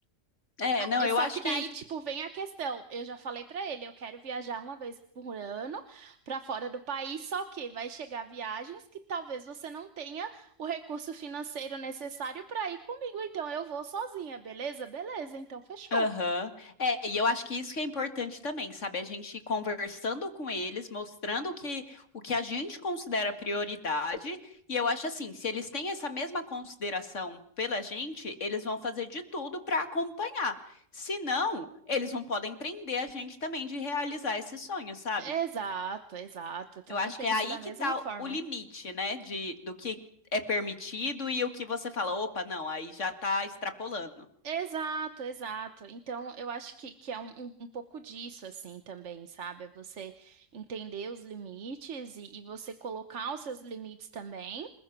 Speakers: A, on the left; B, on the right.
A: É, não,
B: É
A: eu
B: só
A: acho
B: que daí,
A: que.
B: tipo, vem a questão. Eu já falei pra ele, eu quero viajar uma vez por ano pra fora do país, só que vai chegar viagens que talvez você não tenha o recurso financeiro necessário pra ir comigo, então eu vou sozinha, beleza? Beleza, então fechou.
A: Aham. É, e eu acho que isso que é importante também, sabe? A gente ir conversando com eles, mostrando o que, o que a gente considera prioridade. E eu acho assim, se eles têm essa mesma consideração pela gente, eles vão fazer de tudo para acompanhar. Se não, eles não podem prender a gente também de realizar esse sonho, sabe?
B: Exato, exato. Eu também
A: Eu acho
B: penso
A: que é aí
B: da
A: que
B: mesma
A: tá
B: forma.
A: o limite, né? De, do que é permitido e o que você fala, opa, não, aí já tá extrapolando.
B: Exato, exato. Então, eu acho que, que é um, um, um pouco disso, assim, também, sabe? É Você entender os limites e, e você colocar os seus limites também.